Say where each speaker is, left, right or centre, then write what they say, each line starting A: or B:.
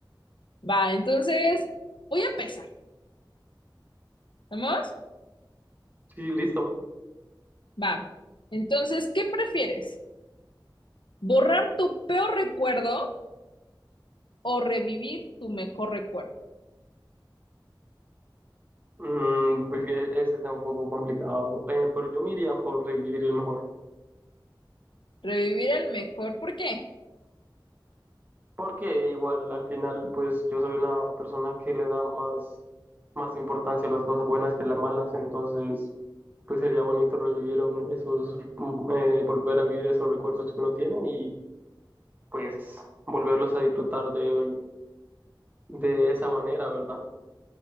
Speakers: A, on the left (about 75°); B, on the right (about 20°).
A: Va, entonces voy a empezar. ¿Vamos?
B: Sí, listo.
A: Va. Entonces, ¿qué prefieres? borrar tu peor recuerdo o revivir tu mejor recuerdo.
B: Mm, pues que ese está un poco complicado, eh, pero yo me iría por revivir el mejor.
A: Revivir el mejor, ¿por qué?
B: Porque igual al final, pues yo soy una persona que le da más, más importancia a las cosas buenas que a las malas, entonces pues sería bonito revivir un- esos, mm, eh, volver a vivir esos recuerdos que uno tiene y pues volverlos a disfrutar de, de esa manera, ¿verdad?